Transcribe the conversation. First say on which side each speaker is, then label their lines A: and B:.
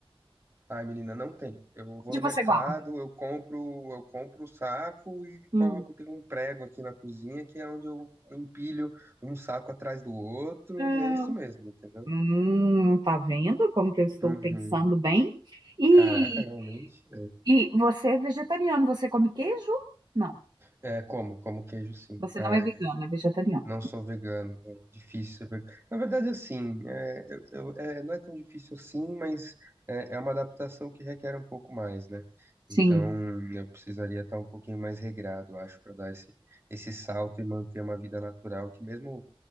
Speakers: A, on the right; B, on the right.
A: Ai, menina, não tem. Eu
B: Onde
A: vou no
B: você
A: mercado,
B: guarda?
A: eu compro, eu compro o saco e coloco,
B: Hum.
A: tem um prego aqui na cozinha que é onde eu empilho um saco atrás do outro
B: Não.
A: e é isso mesmo, entendeu?
B: Hum, tá vendo como que eu estou
A: Uhum.
B: pensando bem? E,
A: Caraca, realmente. É,
B: e você é vegetariano, você come queijo? Não,
A: É, como, como queijo, sim.
B: você
A: Ah,
B: não é vegano, é vegetariano.
A: Não sou vegano, não. Difícil ser vegano. Na verdade, assim, é, eu- eu- é, não é tão difícil assim, mas é, é uma adaptação que requer um pouco mais, né?
B: Sim,
A: Então, eu precisaria estar um pouquinho mais regrado, acho, para dar esse, esse salto e manter uma vida natural, que mesmo